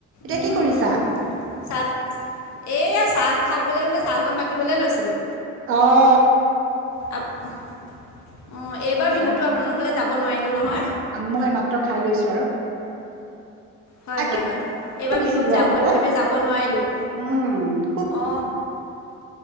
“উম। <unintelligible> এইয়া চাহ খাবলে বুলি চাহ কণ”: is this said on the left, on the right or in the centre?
Left